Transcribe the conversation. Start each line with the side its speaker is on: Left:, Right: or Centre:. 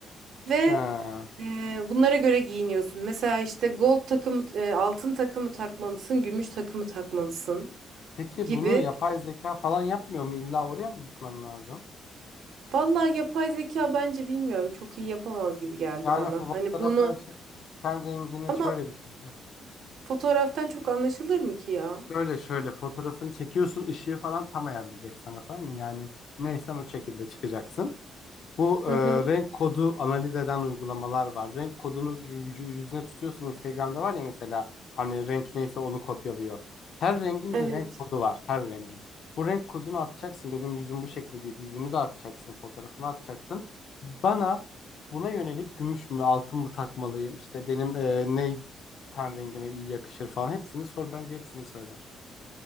Right: Ve
Left: Ha.
Right: ee, bunlara göre giyiniyorsun. Mesela işte gold takımı, e, altın takımı takmalısın, gümüş takımı takmalısın
Left: Peki
Right: gibi.
Left: bunu yapay zeka falan yapmıyor mu? İlla oraya mı gitmen lazım?
Right: Vallahi yapay zeka bence bilmiyorum. Çok iyi yapamaz gibi geldi
Left: Yani
Right: bana.
Left: fotoğrafını
Right: Hani bunu
Left: çek, ten rengini
Right: ama
Left: şöyle bir şey.
Right: fotoğraftan çok anlaşılır mı ki ya?
Left: Şöyle şöyle fotoğrafını çekiyorsun, ışığı falan tam ayarlayacaksın ama tamam mı? Yani neysen o şekilde çıkacaksın. Bu e,
Right: Hı hı.
Left: renk kodu analiz eden uygulamalar var. Renk kodunu vücudu yüzüne tutuyorsun. Instagram'da var ya mesela hani renk neyse onu kopyalıyor. Her rengin
Right: Evet.
Left: bir renk kodu var. Her rengin. Bu renk kodunu atacaksın. Benim yüzüm bu şekli deyip yüzümü de atacaksın. Fotoğrafını atacaksın. Bana buna yönelik gümüş mü altın mı takmalıyım? İşte benim e, ne ten rengime iyi yakışır falan. Hepsini sor. Bence hepsini söyler.